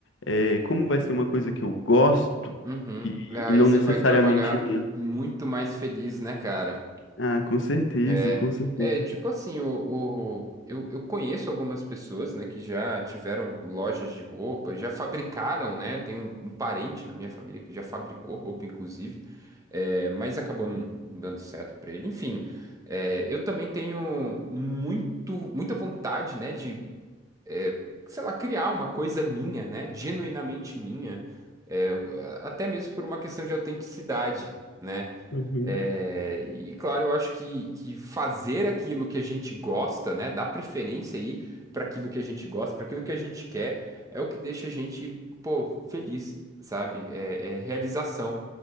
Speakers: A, on the left; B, on the right.
A: é, como vai ser uma coisa que eu gosto
B: Uhum.
A: e,
B: É, Aí
A: e não
B: você
A: necessariamente
B: vai trabalhar
A: minha.
B: muito mais feliz, né, cara?
A: Ah, com certeza,
B: É,
A: com certeza.
B: é tipo assim, o, o- eu, eu conheço algumas pessoas, né, que já tiveram lojas de roupa, já fabricaram, né? Tem um, um parente na minha família que já fabricou roupa, inclusive, é, mas acabou não não dando certo pra ele. Enfim, é, eu também tenho muito, muita vontade, né, é, sei lá, criar uma coisa minha, né? Genuinamente minha, é, até mesmo por uma questão de autenticidade, né?
A: Uhum.
B: É, e claro, eu acho que, que fazer aquilo que a gente gosta, né, dar preferência aí para aquilo que a gente gosta, para aquilo que a gente quer, é o que deixa a gente, pô, feliz, sabe? É, é realização.